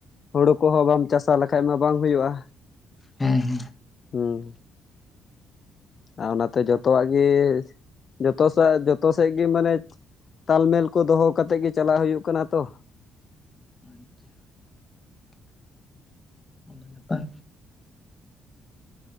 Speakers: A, on the left; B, on the left.
A: ᱦᱳᱲᱳ ᱠᱚᱦᱚᱸ ᱵᱟᱢ ᱪᱟᱥᱟ ᱞᱮᱠᱷᱟᱡ ᱢᱟ ᱵᱟᱝ ᱦᱩᱭᱩᱜᱼᱟ
B: ᱦᱮᱸ ᱦᱮᱸ
A: ᱦᱩᱸ ᱟᱨ ᱚᱱᱟᱛᱮ ᱡᱚᱛᱚᱣᱟᱜ ᱜᱮ ᱡᱚᱛᱚ ᱥᱮ ᱡᱚᱛᱚ ᱥᱮᱫ ᱜᱮ ᱢᱟᱱᱮᱼᱼ ᱛᱟᱞᱢᱮᱞ ᱠᱚ ᱫᱚᱦᱚ ᱠᱟᱛᱮ ᱜᱮ ᱪᱟᱞᱟᱜ ᱦᱩᱭᱩᱜ ᱠᱟᱱᱟ ᱛᱚ᱾
B: <unintelligible> ᱚᱱᱟ <inaudible>